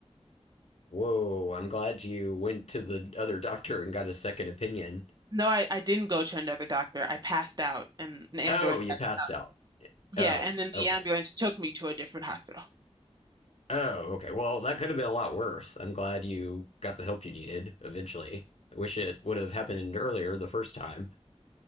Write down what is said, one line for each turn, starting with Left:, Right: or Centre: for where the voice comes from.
Left: Whoa, I'm glad you went to the other doctor and got a second opinion.
Right: No, I, I didn't go to another doctor. I passed out and an ambulance
Left: Oh, you
Right: had
Left: passed
Right: to come.
Left: out.
Right: Yeah.
Left: Oh,
Right: And then the
Left: okay.
Right: ambulance took me to a different hospital.
Left: Oh, okay. Well, that could have been a lot worse. I'm glad you got the help you needed eventually. I wish it would have happened earlier the first time.